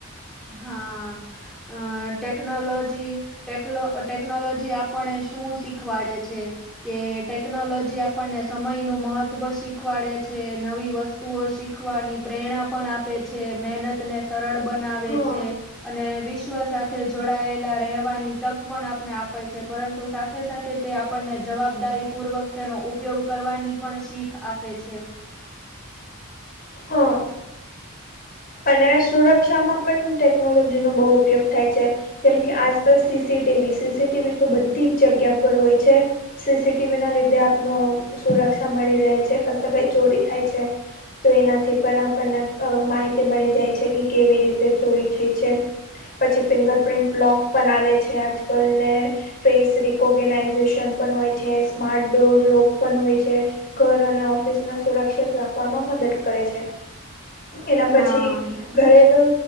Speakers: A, in the centre; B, on the left (about 40°).
A: હા અ ટેકનોલોજી ટેકનો ટેકનોલોજી આપણને શું શીખવાડે છે કે ટેકનોલોજી આપણને સમય નું મહત્વ શીખવાડે છે નવી વસ્તુ વસ્તુઓ શીખવાની પ્રેરણા પણ આપે છે મહેનત ને સરળ બનાવે
B: હા
A: છે અને વિશ્વ સાથે જોડાયેલા રહેવાની તક પણ આપને આપે છે પરંતુ સાથે સાથે તે આપણને જવાબદારી પૂર્વક તેનો ઉપયોગ કરવાની પણ શીખ આપે છે
B: હા અને સુરક્ષામાં પણ ટેકનોલોજીનોો બહુ ઉપયોગ થાય છે જેમ કે આજકાલ સીસીટીવી સીસીટીવી તો બધી જ જગ્યા પર હોય છે સીસીટીવી ના લીધે આપનો સુરક્ષા મળી રહે છે કશે કઈ ચોરી થાય છે તો એનાથી પણ આપણને માહિતી મળી જાય છે કે કેવી રીતે ચોરી થઈ છે પછી ફિંગર પ્ર્રિન્ટ લોગ પણ આવે છે આજ કલ ને ફેસ રકોર્ગેનાઈઝેશન પણ હોય છે સ્માર્ટ ડો લોક પણ હોય છે ઘર અને ઓફિસ ન સુરક્ષિત રાખવામાં મદદ કરે છે એના પછી
A: હા
B: ઘરેલું